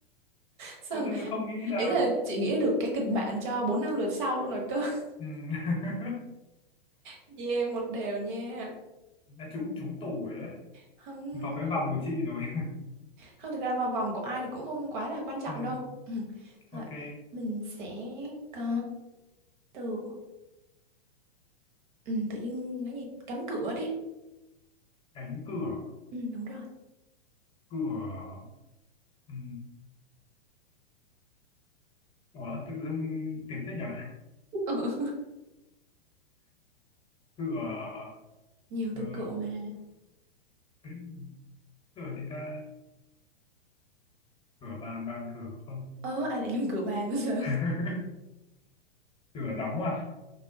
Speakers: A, on the right; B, on the left.
A: Sao
B: tự dưng lại không nghĩ ra
A: Ý là chị nghĩ được cái kịch bản cho 4 năm lượt sau luôn rồi cơ. <laughs>
B: ừ. <laughs>
A: Yeah, một đều nha.
B: đã trúng trúng tủ rồi đấy
A: Không,
B: vào cái
A: <clears throat>
B: vòng của chị rồi
A: không thực ra vào vòng của ai thì cũng không quá là
B: <laughs>
A: quan trọng
B: ừ.
A: đâu. <clears throat> Ừ. Rồi,
B: ok
A: mình sẽ có từ ừ, tự nhiên cái gì? Cánh cửa đi.
B: cánh cửa
A: Ừ, đúng rồi.
B: cửa ừ. ủa tự dưng tìm thế nhỉ
A: <laughs> Ừ,
B: cửa
A: nhiều từ
B: ờ,
A: cửa mà.
B: <laughs> cửa thì ta cửa bàn bàn cửa không
A: Ơ, ai lại dùng cửa bàn bây giờ?
B: <laughs> cửa đóng à